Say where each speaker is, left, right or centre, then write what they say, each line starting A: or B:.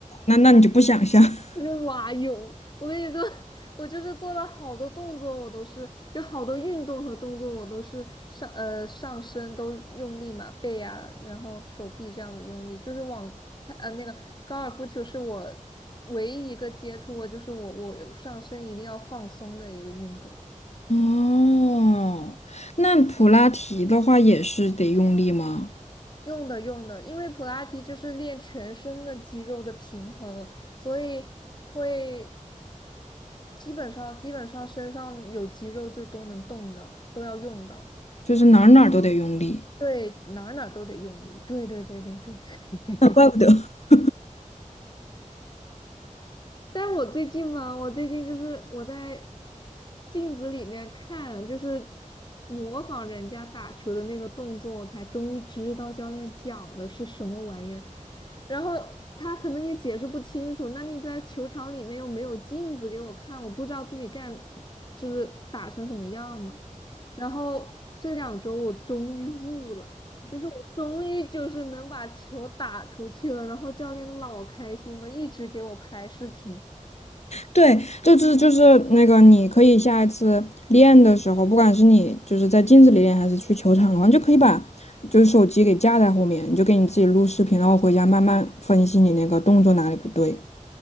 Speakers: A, on the left; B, on the left.
A: 那那你就不想象。<laughs>
B: <laughs> 我是蛙泳。我跟你说，<laughs> 我就是做了好多动作，我都是就好多运动和动作，我都是上呃上身都用力嘛，背啊，然后手臂这样子用力，就是往呃那个高尔夫球是我唯一一个接触过，就是我我上身一定要放松的一个运动。
A: 哦，那普拉提的话也是得用力吗？
B: 用的用的，因为普拉提就是练全身的肌肉的平衡，所以会基本上基本上身上有肌肉就都能动的，都要用的。
A: 就是哪儿哪儿都得用力。
B: 对，哪儿哪儿都得用力。对对对对对。<laughs>
A: <laughs> 啊怪不得。<laughs>
B: 但我最近嘛，我最近就是我在镜子里面看，就是模仿人家打球的那个动作，我才终于知道教练讲的是什么玩意儿。然后他可能也解释不清楚，那你在球场里面又没有镜子给我看，我不知道自己干就是打成什么样嘛。然后这两周我终于悟了。就是我终于就是能把球打出去了，然后教练老开心了，一直给我拍视频。
A: 对，就是就是那个，你可以下一次练的时候，不管是你就是在镜子里练，还是去球场的话，你就可以把就是手机给架在后面，你就给你自己录视频，然后回家慢慢分析你那个动作哪里不对。